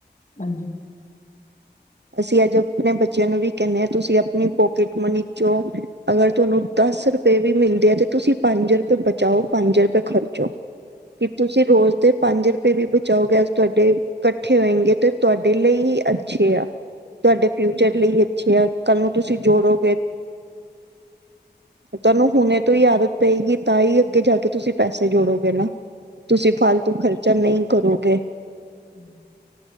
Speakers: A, on the left; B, on the right.
A: ਹਾਂਜੀ
B: ਅਸੀਂ ਅੱਜ ਆਪਣੇ ਬੱਚਿਆਂ ਨੂੰ ਵੀ ਕਹਿਣੇ ਆਂ, ਤੁਸੀਂ ਆਪਣੀ ਪੋਕਟ ਮਨੀ 'ਚੋਂ ਅਗਰ ਤੁਹਾਨੂੰ ਦਸ ਰੁਪਏ ਵੀ ਮਿਲਦੇ ਐ, ਤੇ ਤੁਸੀਂ ਪੰਜ ਰੁਪਏ ਬਚਾਓ, ਪੰਜ ਰੁਪਏ ਖਰਚੋ ਕੀ ਤੁਸੀਂ ਰੋਜ਼ ਦੇ ਪੰਜ ਰੁਪਏ ਵੀ ਬਚਾਓਗੇ ਅੱਜ ਤੁਹਾਡੇ, ਇਕੱਠੇ ਹੋਏਂਗੇ ਤੇ ਤੁਹਾਡੇ ਲਈ ਹੀ ਅੱਜ ਅੱਛੇ ਆ, ਤਾਡੇ ਫਿਊਚਰ ਲਈ ਅੱਛੇ ਆ, ਕੱਲ ਨੂੰ ਤੁਸੀਂ ਜੋੜੋਗੇ
A: <inaudible>
B: ਤੁਆਨੂੰ ਹੁਣੇ ਤੋਂ ਈ ਆਦਤ ਪਏਗੀ ਤਾਂ ਈ ਅੱਗੇ ਜਾ ਕੇ ਤੁਸੀਂ ਪੈਸੇ ਜੋੜੋਗੇ ਨਾ, ਤੁਸੀਂ ਫਾਲਤੂ ਖ਼ਰਚਾ ਨਈ ਕਰੋਗੇ।
A: ਹੂੰ